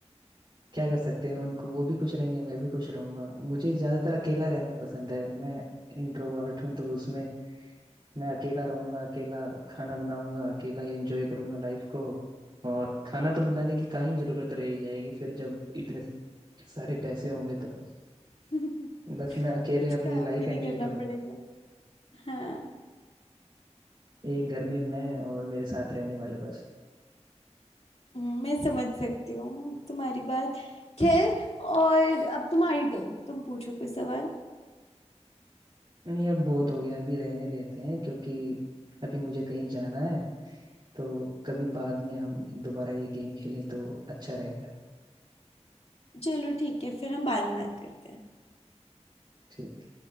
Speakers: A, on the right; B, on the left.
A: क्या कर सकते हैं उनको वो भी खुश रहेंगे मैं भी खुश रहूंगा मुझे ज्यादातर अकेला रहना पसंद है मैं इंट्रोवर्ट हूँ तो उसमें मैं अकेला रहूंगा अकेला खाना बनाऊंगा अकेला एंजॉय करूंगा लाइफ को और खाना तो बनाने की कहाँ ही जरूरत रह जाएगी फिर जब इतने सारे पैसे होंगे तो
B: <laughs>
A: बस मैं अकेले
B: कुछ
A: अपनी
B: काम
A: लाइफ
B: भी
A: एंजॉय
B: नहीं करना
A: करूंगा
B: पड़ेगा हाँ
A: एक घर में मैं और मेरे साथ रहने वाले बस
B: हम्म, मैं समझ सकती हूँ तुम्हारी बात खैर और अब तुम्हारी टर्न तुम पूछो कोई सवाल
A: नहीं अब बहुत हो गया अभी रहने देते हैं क्योंकि अभी मुझे कहीं जाना है तो कभी बाद में हम दोबारा ये गेम खेलें तो अच्छा रहेगा
B: चलो ठीक है फिर हम बाद में बात करते हैं
A: ठीक